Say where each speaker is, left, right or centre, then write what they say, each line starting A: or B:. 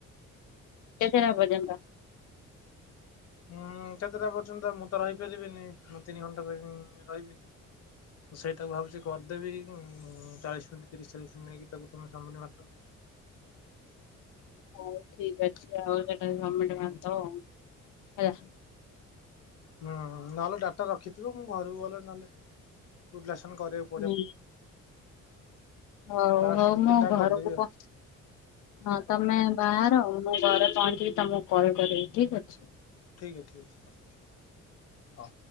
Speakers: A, on the left; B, on the left.
A: କେତେଟା ପର୍ଯ୍ୟନ୍ତ।
B: ହୁଁ କେତେଟା ପର୍ଯ୍ୟନ୍ତ ମୁଁ ତ ରହିପାରିବିନି ମୁଁ ତିନି ଘଣ୍ଟା ରହିବିନି ତ ସେଇଟାକୁ ଭାବୁଛି କରିଦେବି ଚାଳିଶ ମିନିଟ୍ ତିରିଶ ଚାଳିଶ ମିନିଟ୍ ନେଇକି ତାକୁ ତମେ ସବ୍ ମିଟ୍ ମାରି
A: ହଉ ଠିକ ଅଛି ଆଉ ସେଟା ସବ୍-ମିଟ୍ ମାରିଦବ ଆଉ ହେଲା
B: ହୁଁ ନହେଲେ ଡାଟା ରଖିଥିବ ମୁଁ ଘରକୁ ଗଲେ ନହେଲେ ପୋ କରିଆ
A: ହୁଁ ହଉ
B: ଲାଷ୍ଟ
A: ହଉ
B: ଦି
A: ମୁଁ
B: ତିନିଟା
A: ଘରକୁ
B: କରିଦେବି ଆଉ
A: ହଁ ତମେ ବାହାର ମୁଁ ଘରେ ପହଞ୍ଚିକି ତମକୁ କଲ୍ କରିବି ଠିକ ଅଛି
B: ଠିକ୍ ଅ ଠିକ ଅଛି ହଉ।